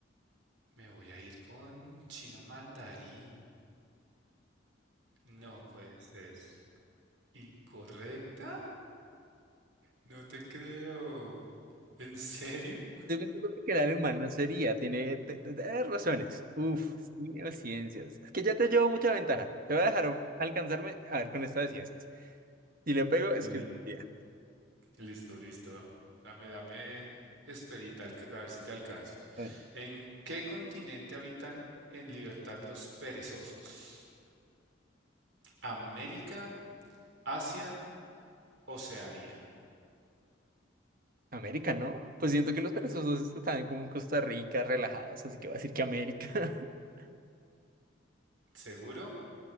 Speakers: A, on the right; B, on the right.
A: Me voy a ir con chino mandarín. No puede ser. ¿Incorrecta? No te creo. ¿En serio?
B: Yo creo que el alemán sería, tiene te- te- te- eh, razones. Uf, sí, o ciencias. Es que ya te llevo mucha ventaja. Te voy a dejar alcanzarme a ver con esta de ciencias. Si le pego, es
A: Le-
B: que sería.
A: Listo, listo. Dame, dame esperita, alca- a ver si te alcanzo.
B: Bueno,
A: ¿En qué continente habitan en libertad los perezosos? ¿América, Asia, Oceanía?
B: América, ¿no? Pues siento que los perezosos están como en Costa Rica, relajados, así que voy a decir que América. <laughs>
A: ¿Seguro?